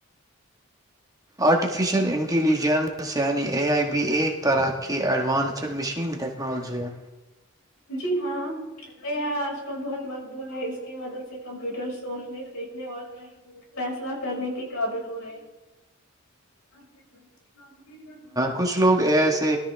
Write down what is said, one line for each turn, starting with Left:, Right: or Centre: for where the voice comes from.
Right: آرٹیفیشیل انٹیلیجنس یعنی اے آئی بی ایک طرح کی ایڈوانسڈ مشین ٹیک ٹیکنالجی ہے
Left: جی ہاں اے آئی آج کل بہت مقبول ہے اس کی مدد سے کمپیوٹر سوچنے سیکھنے اور فیصلہ کرنے کے قابل ہو رہے ہیں پھر
Right: کچھ لوگ ایسے